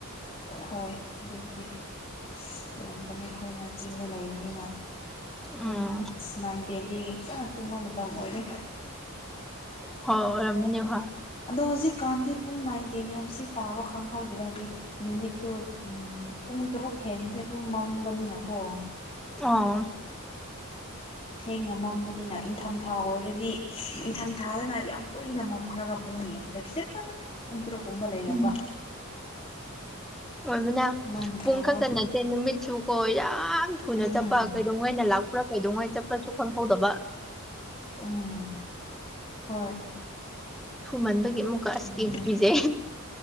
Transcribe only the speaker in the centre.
ꯎꯝ
ꯍ ꯔꯃꯅꯤ ꯍꯥꯏ
ꯑ
ꯎꯝ ꯑꯣꯏꯕꯅ
ꯄꯨꯡ
ꯈꯛꯇ ꯅꯠꯇꯦ ꯅꯨꯃꯤꯠꯁꯨ ꯀꯣ ꯌꯥꯝ ꯊꯨꯅ
ꯆꯠꯄ ꯀ ꯀꯩꯗꯩꯉꯩ ꯂꯥꯛꯄ꯭ꯔꯥ ꯀꯩꯗꯧꯉꯩ ꯆꯠꯄ꯭ꯔꯁꯨ ꯈꯪꯍꯧꯗꯕ
ꯊꯨꯃꯟꯕꯒꯤ ꯑꯃꯨꯛꯀ ꯑꯁꯀꯤꯕꯨ
ꯀꯖꯩ